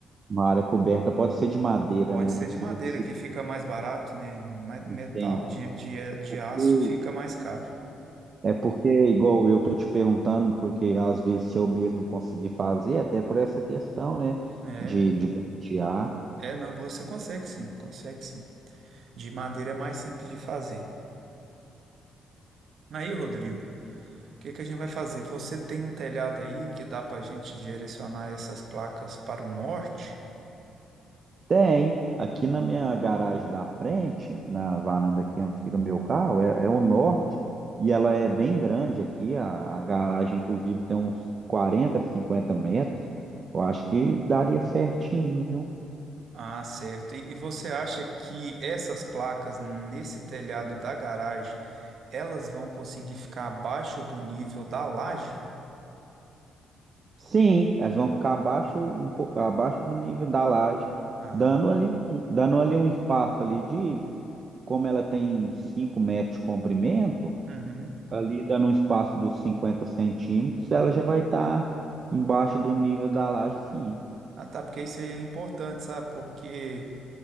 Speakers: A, on the right (about 40°); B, on the right (about 60°).
A: Uma área coberta pode ser de madeira,
B: Pode
A: né,
B: ser
A: não precisa
B: de madeira,
A: de ser
B: que
A: de...
B: fica mais barato, né? Mas Metal
A: Entendi.
B: de, de, de
A: Porque-
B: aço fica mais caro.
A: É porque, igual eu tô te perguntando, porque às vezes se eu mesmo conseguir fazer, até por essa questão, né,
B: É,
A: de, de bantear.
B: é, não, você consegue sim, consegue sim. De madeira é mais simples de fazer. Aí, Rodrigo, O que que a gente vai fazer? Você tem um telhado aí que dá para a gente direcionar essas placas para o norte?
A: Tem, aqui na minha garagem da frente, na varanda aqui onde fica meu carro, é, é o norte, e ela é bem grande aqui, a, a garagem inclusive tem uns 40 50 metros, eu acho que daria certinho, viu?
B: Ah, certo. E, e você acha que essas placas nesse telhado da garagem, elas vão conseguir ficar abaixo do nível da laje?
A: Sim, elas vão ficar abaixo, um pouco abaixo do nível da laje,
B: Ah,
A: dando ali, um- dando ali um espaço ali de, como ela tem 5 metros de comprimento,
B: uhum.
A: ali dando um espaço dos 50 centímetros, ela já vai estar embaixo do nível da laje, sim.
B: Ah, tá, porque isso aí é importante, sabe? Porque